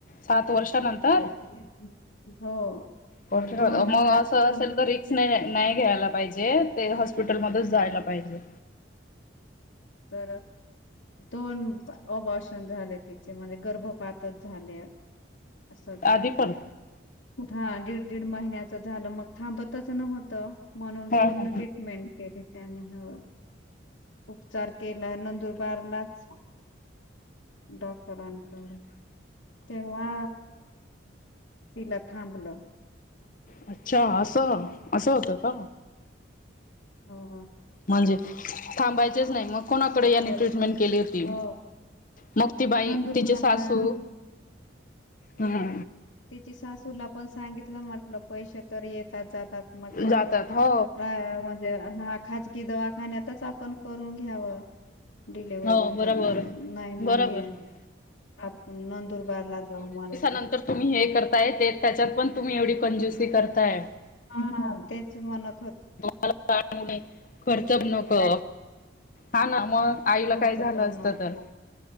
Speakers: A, on the left; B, on the left.
A: सात वर्षानंतर
B: ह हो
A: कठणत
B: मग दोन
A: मग
B: हा
A: असं असेल
B: दोन
A: तर रिक्स
B: हो
A: नाही नाही घ्यायला पाहिजे ते हॉस्पिटलमध्येधच जायला पाहिजे
B: तर दोन अभाषण झाले तिचे म्हणज गर्भपातच झाले अससद
A: आधी पण
B: हा दीड दीड महिन्याच झालं मग थांबतच नव्हतं म्हणून
A: हा
B: पूर्ण
A: ह
B: ट्रीटमेंट केली त्यानी हो उचार केला नंदुरबारलाच डॉक्टर अनकलली तेव्हा तिला थांबलं
A: अच्छा असं असं होत का
B: हम
A: म्हणजे थांबायचेच नाही मग कोणाकडे
B: सात
A: याने
B: वर्षां
A: ट्रीटमेंट केली होती
B: हो
A: मग ती बाई
B: नंदुरबारला
A: तिचे सासू ह
B: त्यािची सासूला पण सांगितलं म्हटलं पैसे तर येतात जातात म्हटलं
A: जातात हो
B: प्र म्हणजे ह खाजगी दवाखान्यातच आपण करून घ्याव डिलेव्हरी
A: हो बरोबर
B: तर मग नाही म्हणे
A: बरोबर
B: आपण नंदुरबार ला जाव म्ह
A: नंतर तुम्ही हे करताय ते त्याच्यात पण तुम्ही एवढी कंजुसी करताय
B: हा तेच मणत
A: तुम्हांला आठ मुली खर्चच नको हा ना मग आईला
B: खर्च
A: काय झालं
B: पण
A: असतं
B: नको
A: तर...